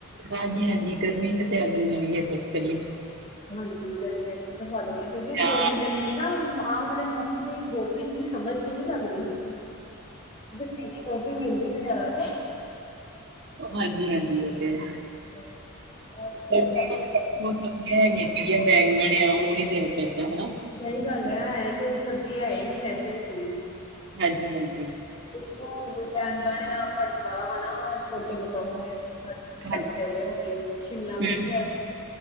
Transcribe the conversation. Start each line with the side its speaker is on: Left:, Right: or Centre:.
Right: ਹਾਂਜੀ-ਹਾਂਜੀ, ਗਰਮੀ ਚ ਤੇ ਆਲੂ ਵਾਲੀ ਐ ਬਸ ਕੱਲੀ।
Left: ਹਾਂਜੀ ਗਰਮੀਆਂ ਚ ਸਿਰਫ ਆਲੂ ਵਾਲੇ, ਕਿਉਂਕਿ
Right: ਜਾਂ
Left: ਗਰ ਗਰਮੀਆਂ ਚ ਨਾ ਆਹ ਵਾਲੇ ਮੌਸਮ ਦੀ ਗੋਭੀ ਦੀ ਸਮਝ ਹੀ ਨੀ ਲੱਗਦੀ, ਗੰਦੀ ਜੀ ਗੋਭੀ ਮਿਲਦੀ ਐ ਬਜ਼ਾਰਾਂ ਚ।
Right: ਹਾਂਜੀ-ਹਾਂਜੀ, ਉਹ ਤੇ।
Left: <unintelligible>
Right: ਪਰੀਆਂ
Left: ਨੀ ਕਰਦਾ
Right: ਹੈਗੀਆਂ ਕਿਹੜੀਆਂ ਬੈਂਗਣ ਆ ਉਹ ਨੀ ਦਿਲ ਕਰਦਾ। ਹਨਾ।
Left: ਸਹੀ ਗੱਲ ਆ ਹੈ ਕੋ ਸਬਜ਼ੀ ਹੈ ਹੀ ਨ ਵੈਸੇ ਵੀ ਕੋਈ ਵੀ।
Right: ਹਾਂਜੀ ਹਾਂਜੀ।
Left: ਇਥੋ ਪੈਂਗਣ ਆ ਭਰਥਾ ਹਨਾ ਛੋਟੇ ਬਤਾਉ ਨੇ। ਭਰਥੇ
Right: ਹਾਂਜੀ,
Left: ਵਾਲੇ ਹੋ ਗਏ ਸ਼ਿਮਲਾ
Right: ਹਾਂਜੀ
Left: ਮਿਰਚ
Right: ਹੂੰ